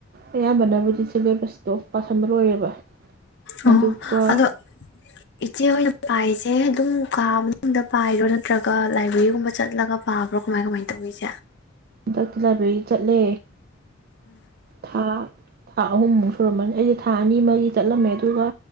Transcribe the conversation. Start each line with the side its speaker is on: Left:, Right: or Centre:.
Right: ꯑꯌꯥꯝꯕꯅꯕꯨꯗꯤ ꯁꯤꯂꯦꯕꯁꯇꯣ ꯄꯥꯁꯤꯟꯕ ꯂꯣꯏꯔꯦꯕ
Left: ꯑꯣ
Right: ꯑꯗꯨꯒ
Left: ꯑꯗꯣ ꯏꯆꯦꯍꯣꯏꯅ ꯄꯥꯏꯁ ꯑꯦ ꯑꯗꯨꯝ ꯀꯥ ꯃꯅꯨꯡꯗ ꯄꯥꯏꯔꯣ ꯅꯠꯇ꯭ꯔꯒ ꯂꯥꯏꯕ꯭ꯔꯦꯔꯤꯒꯨꯝꯕ ꯆꯠꯂꯒ ꯄꯥꯕ꯭ꯔꯣ ꯀꯃꯥꯏ ꯀꯃꯥꯏ ꯇꯧꯏ ꯏꯆꯦ
Right: ꯍꯟꯗꯛꯇꯤ ꯂꯥꯏꯕ꯭ꯔꯦꯔꯤ ꯆꯠꯂꯦ ꯊꯥ ꯊꯥ ꯑꯍꯨꯝꯃꯨꯛ ꯁꯨꯔꯝꯃꯅꯤ ꯑꯩꯁꯦ ꯊꯥ ꯑꯅꯤ ꯑꯃꯒꯤ ꯆꯠꯂꯝꯃꯦ ꯑꯗꯨꯒ